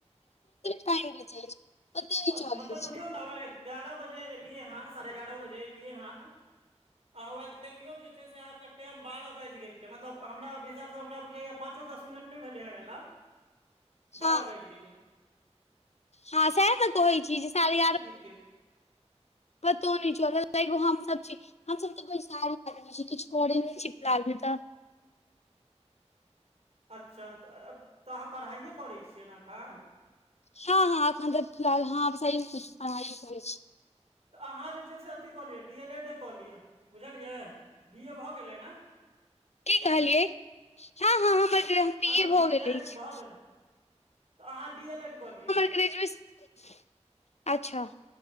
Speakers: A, on the left; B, on the right.
A: छै <unintelligible> चलै
B: मतलब
A: छै
B: <unintelligible> सवा एगारह बजे एलियै हँ साढ़े एगारह बजे एलियै हँ आ हौवा देखियो जे छै से अहाँ के टेम बारह बाजि गेल जे मतलब हमरा हिसाब सँ हमरा बुझाए पाँचो दस मिनट नहि भेलै हँ अयला
A: हँ
B: बारह बाईज गेलय
A: हँ सएह नऽ कहय छी सारे ग्यार
B: फिर
A: पतो नै चलल तयो हम सब छी हमसभ तऽ बैसारी आदमी छी किछ करे नहि छी फिलहाल में तऽ
B: अच्छा तऽ तऽ अहाँ पढ़ाइए करै छियै ने एखन
A: हँ हँं एखन तऽ फिलहाल हँ सही कहे छी पढ़ाइ करै छी
B: तऽ अहाँ जे छै से अथी कऽ लिअ डी एल एड ए कऽ लिअ बुझलियै बी ए भऽ गेलै ने
A: की कहलियै हँ हँ हमर <unintelligible> ज ह
B: अहाँके
A: बीए
B: बी
A: भऽ
B: ए ग्रे
A: गेल अछि
B: भऽ गेल अहाँ डी एल एड कऽ लिअ
A: <unintelligible> अच्छा